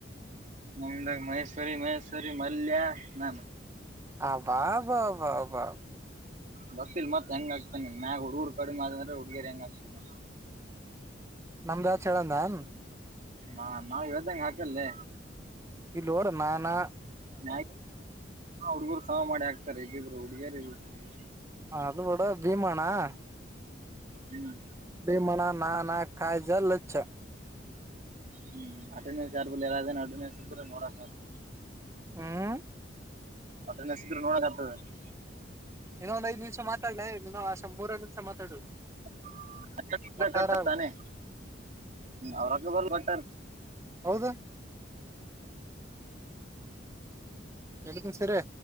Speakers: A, on the right; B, on the right.
A: ನಮ್ದಾಗ ಮೈಸೂರಿ ಮೈಸೂರಿ ಮಲ್ಯ ನಾನು
B: ಅಬಬಬಬಾ
A: ಬಸ್ ಇಲ್ ಮತ್ತತ್ ಹೆಂಗ ಆಗ್ತಾನ ಮ್ಯಾಗ ಹುಡುಗರು ಕಡಿಮೆ ಆದಂದ್ರೆ ಹುಡುಗಿ ಹೆಂಗ ಆಗ್ತಾನ
B: ನಮ್ ಬ್ಯಾಚ್ ಹೇಳನ್
A: ಹಾ ನಾವ ಇ್ದಂ ಹಾಕಲ್ಲೆ
B: ಇಲ್ಲೋರ ನಾನಾ
A: ನ ಹುಡ್ಗರು ಸಹ ಮಾಡಿ ಹಾಕ್ತಾರೆ ಹಗಿದ್ರರು ಹುಡುಗಿಯರುರು ಹುಗ
B: ಹ ಅದು ಬಿಡ ಭೀಮಣಾ <unintelligible>
A: ಹ್ಮ್ <unintelligible>
B: ಬಿಮಣ ನಾ ನಾ ಕಾಯ ಜಲ್ಲಜಚ್ಚ <unintelligible>
A: ಹ್ಮ್ ಅಟೆನ್ಸ್ ಯಾರ್ ಎಲ್ಲ ಅಟೆನ್ಸ್ ಇದ್ರೆ ನೋಡಕ್ <unintelligible>
B: ಹ್ಮ್
A: ಒಟ್ಟ ನಸಿದ್ರು ನೋಡದತ <unintelligible>
B: ಇನ್ನೊ ಒಂದ ಐಧ್ ನಿಮ್ಷಾ ಮಾತಾಡ್ಲೇ ಇನ್ನೋ ಅಸ ಮೂರ ನಿಮಿಷ ಮಾತಾಡು <unintelligible> <unintelligible>
A: <inaudible>
B: ಕಟ್ಟಾರ
A: ಕಟ್ಟ ತಾನೆ ಅವ್ರಕ್ಕ ಬಲ್ ಕಟ್ಟರ್
B: ಹೌದಾ ಎಲ್ಕುಸರಿ